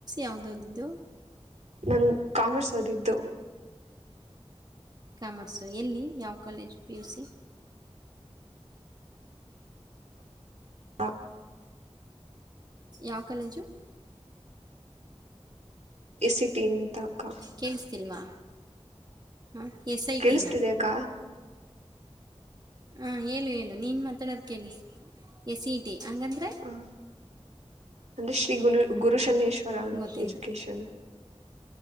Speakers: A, on the right; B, on the right.
A: ಯಾವ್ದ್ ಓದಿದ್ದು
B: ನನಗ್ ಕಾಮರ್ಸ್ ಓದಿದ್ದು
A: ಕಾಮರ್ಸು ಎಲ್ಲಿ ಯಾವ ಕಾಲೇಜು ಪಿ ಯು ಸಿ.
B: ಅ
A: ಯಾವ ಕಾಲೇಜು.
B: ಎ ಸಿ ಟಿ ಅಂತ ಅಕ್ಕ
A: ಕೇಳಿಸ್ತಿಲ್ವಾ ಹಾಂ ಎಸ್ ಐ
B: ಕೇಳಿಸ್ತಿದೆ
A: ಟಿ ನಾ
B: ಅಕ್ಕ
A: ಹಾ ಹೇಳು ಹೇಳು ನೀನ್ ಮಾತಾಡೋದ ಕೇಳಿಸ್ ಎಸ್ ಇಟಿ. ಹಂಗಂದ್ರೆ
B: ಹಾಂ ಅಂದ್ರೆ ಶ್ರೀ ಗುರು ಗುರು ಸನ್ನೇಶ್ ವರ
A: ಗೊತ್ತಿಲ್ಲ
B: ಎಜುಕೇಷನ್